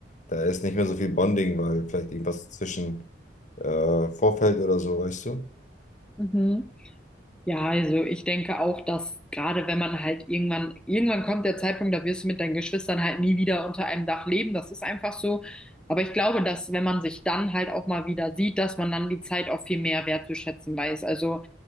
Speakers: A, on the left; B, in the centre.
A: da ist nicht mehr so viel Bonding, weil vielleicht irgendwas zwischen äh, vorfällt oder so, weißt du?
B: Mhm. Ja, also ich denke auch, dass gerade wenn man halt irgendwann, irgendwann kommt der Zeitpunkt, da wirst du mit deinen Geschwistern halt nie wieder unter einem Dach leben. Das ist einfach so. Aber ich glaube, dass wenn man sich dann halt auch mal wieder sieht, dass man dann die Zeit auch viel mehr wertzuschätzen weiß. Also